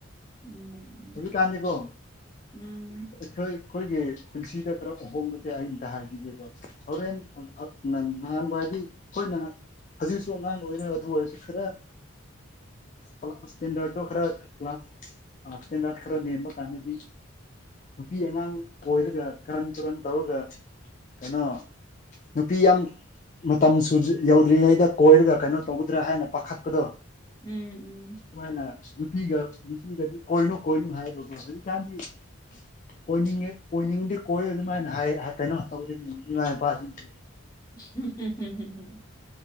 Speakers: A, on the left (about 20°); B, on the left (about 35°).
A: ꯎꯝ
B: ꯍꯧꯖꯤꯛꯀꯥꯟꯗꯤꯀꯣ
A: ꯎꯝ
B: ꯈꯈꯣꯏꯒꯤ ꯄꯨꯟꯁꯤꯗ ꯈꯔ ꯑꯍꯣꯡꯕꯁꯦ ꯑꯩꯝꯗ ꯍꯥꯏꯕꯤꯒꯦꯀꯣ ꯍꯣꯔꯦꯟ ꯅꯍꯥꯟꯕ ꯍꯥꯏꯗꯤ ꯍꯣꯏ ꯅꯍ ꯍꯧꯖꯤꯛꯁꯨ ꯑꯉꯥꯡ ꯑꯣꯏꯔꯣ ꯑꯗꯨ ꯑꯣꯏꯔꯁꯨ ꯐꯔꯦ ꯀ ꯀ꯭ꯂ ꯁꯦꯟꯔ ꯇ ꯈꯔ ꯀ ꯀ꯭ꯂꯥꯁ ꯑ ꯇ ꯅꯠꯇ ꯈꯔꯣ ꯅꯅꯤꯃꯀꯥꯟꯅꯦꯗꯤ ꯅꯨꯄꯤ ꯑꯉꯥꯡ ꯀꯣꯏꯔꯒ ꯀꯔꯟ ꯀꯔꯟ ꯇꯧꯔꯒ ꯀꯩꯅꯣ ꯅꯨꯄꯤ ꯌꯥꯝ ꯃꯇꯝ ꯁꯨ ꯌꯧꯗ꯭ꯔꯤꯉꯩꯗ ꯀꯣꯏꯔꯒ ꯀꯩꯅꯣ ꯇꯧꯒꯗ꯭ꯔꯥ ꯍꯥꯏꯅ ꯄꯥꯈꯠꯄꯗꯣ
A: ꯎꯝ ꯎꯝ
B: ꯁꯨꯃꯥꯏꯅ ꯅꯨꯄꯤꯒ ꯅꯨꯄꯤꯒꯗꯤ ꯀꯣꯏꯅꯨ ꯀꯣꯏꯅꯨ ꯍꯥꯏ ꯂꯕ ꯍꯧꯖꯤꯗꯤ ꯀꯥꯟ ꯑꯣꯏꯅꯤꯡꯉꯤ ꯑꯣꯏꯣꯏꯅꯤꯡꯗꯤ ꯀꯣꯏ ꯑꯗꯨꯃꯥꯏꯅ ꯍꯥꯏ ꯀꯩꯅꯣ ꯇꯧꯔꯤꯅꯤ ꯏꯃꯥ ꯏꯄꯥꯁꯤꯡꯁ
A: ꯍ ꯍ